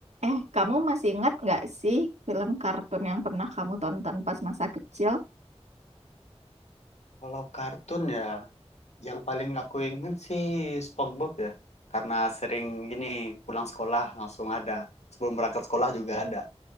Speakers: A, on the right; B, on the left.
A: Eh, kamu masih ingat nggak sih film kartun yang pernah kamu tonton pas masa kecil?
B: Kalau kartun ya, yang paling aku inget sih SpongeBob ya. Karena sering gini pulang sekolah langsung ada. Sebelum berangkat sekolah juga ada